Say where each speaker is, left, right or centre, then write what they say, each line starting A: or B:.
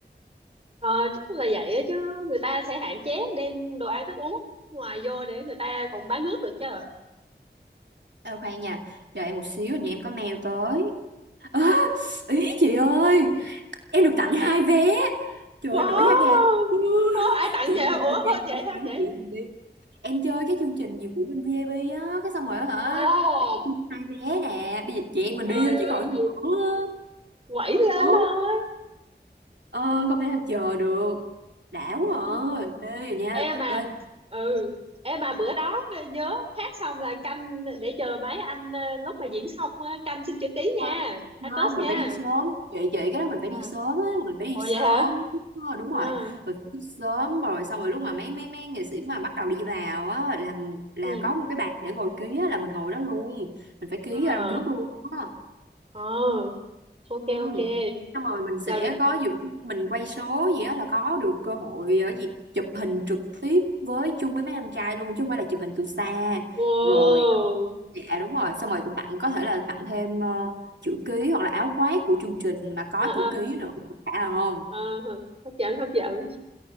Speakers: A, on the right; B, on the right.
A: Ờ, chắc là vậy á chứ người ta sẽ hạn chế đem đồ ăn thức uống ngoài vô để người ta còn bán nước được chứ
B: À, khoan nha, chờ em một xíu, hình như em có mail tới. Á, ý chị ơi, em được tặng hai vé, trời
A: wow
B: ơi, nổi da gà. <laughs>
A: wow ai tặng
B: Chị em
A: vậy ủa
B: đi, chị
A: hết
B: em
A: vậy
B: đi,
A: thôi chị
B: chị em đi. em chơi cái chương trình gì của bên VIP á cái xong rồi á hả
A: à
B: bây giờ hai vé nè bây giờ chị em mình
A: trời
B: đi thôi
A: ơi
B: chứ còn gì nữa
A: quẩy lên
B: ừ
A: thôi
B: ờ không thể nào chờ được đã quá
A: ừ.
B: à mê rồi nha
A: em mà
B: ơi,
A: ừ em mà bữa đó nhớ hát xong là canh để chờ mấy anh ờ, lúc mà diễn xong á, canh xin chữ ký
B: ờ,
A: nha hát
B: không
A: Tết
B: mình
A: nha
B: phải đi sớm vậy vậy cái đó mình phải
A: à
B: đi sớm á mình phải đi
A: ồ
B: sớm
A: vậy hả
B: Ờ, đúng
A: à
B: rồi mình phải đi sớm rồi xong rồi lúc mà mấy mấy mấy nghệ sĩ mà bắt đầu đi vào á là là
A: ừ
B: có một cái bàn để ngồi ký á là mình ngồi đó luôn mình phải ký
A: à
B: ở đằng trước luôn á
A: ờ ok
B: Ừ.
A: ok
B: Xong rồi mình sẽ
A: lần
B: có dự mình quay số gì đó là có được cơ hội ở gì chụp hình trực tiếp với chung với mấy anh trai luôn chứ không phải là chụp hình từ xa
A: wow
B: rồi dạ đúng rồi xong rồi được tặng có thể là tặng thêm ờ, chữ ký hoặc là áo khoác của chương trình mà có
A: à,
B: chữ ký nữa phải không
A: à, à. hấp dẫn hấp dẫn